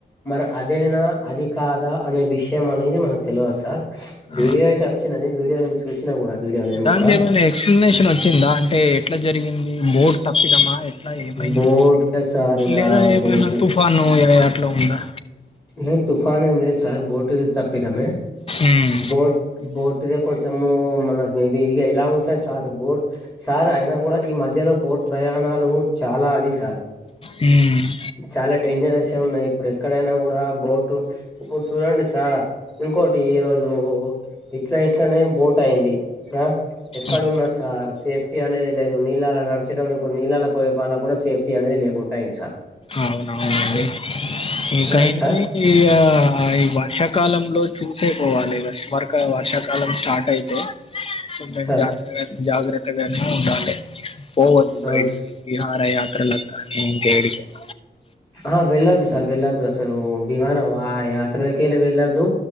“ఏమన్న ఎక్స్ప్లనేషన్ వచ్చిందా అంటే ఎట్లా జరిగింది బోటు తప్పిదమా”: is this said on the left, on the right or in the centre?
Left